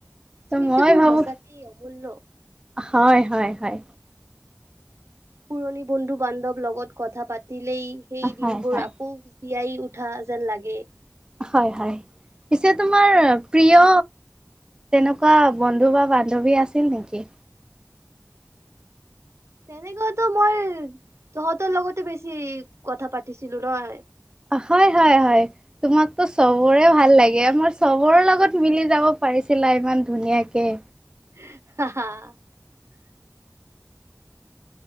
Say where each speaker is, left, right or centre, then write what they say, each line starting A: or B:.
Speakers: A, on the right (about 15°); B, on the right (about 75°).
A: ত'
B: স্মৃতিবোৰ
A: মই ভাবো
B: সঁচাকেই অমূল্য।
A: হয়, হয়, হয়।
B: পুৰণি বন্ধু-বান্ধৱ লগত কথা পাতিলেই সেই
A: হয়
B: দিনবোৰ
A: হয়
B: আকৌ জীয়াই উঠা যেন লাগে।
A: হয়, হয়। পিছে তোমাৰ প্ৰিয় তেনেকুৱা বন্ধু বা বান্ধৱী আছিল নেকি?
B: তেনেকুৱাতো মই তহঁতৰ লগতো বেছি কথা পাতিছিলোঁ নহয়।
A: হয়, হয়, হয়। তোমাকতো চবৰে ভাল লাগে আমাৰ চবৰে লগত মিলি যাব পাৰিছিলা ইমান ধুনীয়াকৈ।
B: <unintelligible>